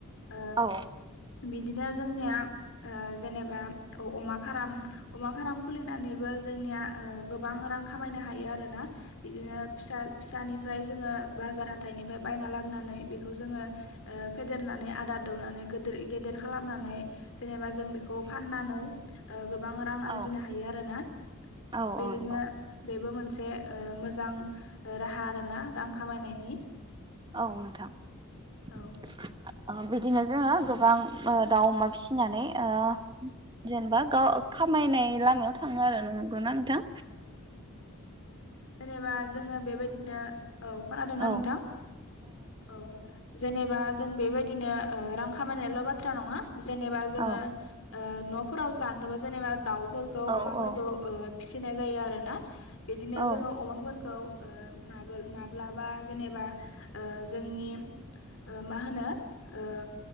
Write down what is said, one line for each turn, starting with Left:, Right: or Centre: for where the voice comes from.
Left: ओ
Right: औ
Left: बिदिनो जोंनिया ओ जेनेबा अमा फाराम अमा फाराम खुलिनानैबो जोंनिया ओ गोबां रां खामायनो हायो आरोना। बिदिनो फिसा फिसानि ओमफ्राय जोङो बाजार हाथाइनिफ्राय बायना लाबनानै बेखौ जोङो फेदेरनानै आदार दौनानै गोदोर गेदेर खालामनानै जेनेबा जों बिखौ फाननानै ओ गोब गोबां रां आरजिनो
Right: औ
Left: हायो आरो‌ना
Right: औ
Left: बेदिनो
Right: नंगौ
Left: बेबो‌ मोनसे से ओ मोजां राहा आरोना रां खामायनायनि
Right: औ नोंथां।
Left: औ
Right: बिदिनो जोंङो ओ गोबां दाउ अमा फिनानै ओ जेनेबा गाव खामायनाय लामायाव थांङो आरो नुंगौना नों थां
Left: औ जेनेबा जोंङो बेबायदिनो औ खोनादोंना
Right: औ
Left: नोंथां औ जेनेबा जों बेबायदिनो ओ रां खामायनायल बाथ्रा नंङा जेनेबा जोंङो
Right: औ
Left: ओ‌ नफोराव जानोबो जेनेबा दाउ फोरखौ
Right: औ
Left: अमाफोरखौ
Right: औ
Left: फिसिनाय जायो आरोना। बिदिनो
Right: औ
Left: जोंङो अमाफोरखौ ओ माबोल माब्लाबा जेनेबा ओ जोंनि ओ मा होनो ओ